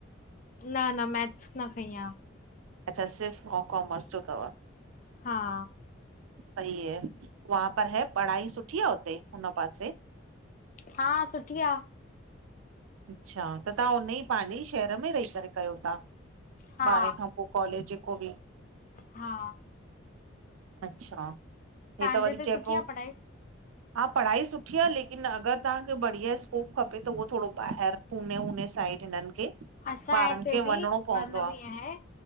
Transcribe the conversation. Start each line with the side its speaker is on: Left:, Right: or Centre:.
Left: न न मैथ्स न खईं आ।
Right: अच्छा, सिर्फ़ आऊ कॉमर्स जो थव।
Left: हा
Right: सही हे, वहा पर है पढ़ाई सुठी आ हुते हुन पासे।
Left: हा, सुठी आ।
Right: अच्छा, त तां हुन ई पंहिंजे ई शहर में रही करे कयो था?
Left: हा
Right: ॿारह खां पो कॉलेज जेको बि।
Left: हा।
Right: अच्छा
Left: तव्हांजे
Right: हे त वरी
Left: हिते
Right: चएबो,
Left: सुठी आ पढ़ाई
Right: हा पढ़ाई सुठी। थीया लेकिन अगर तांखे बढ़िया। कोप खपे त उहो थोरो ॿाहिर पुने वोने साइड हिनन खे।
Left: असां
Right: ॿारनि
Left: हिते
Right: खे
Left: बि
Right: वञिणो पवंदो
Left: मतलब
Right: आ
Left: ईअ आहे।